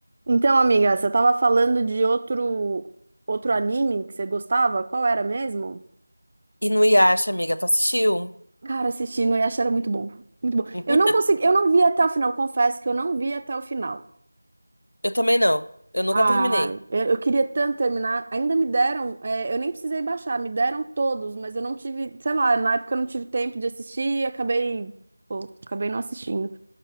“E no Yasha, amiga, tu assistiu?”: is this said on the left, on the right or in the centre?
Left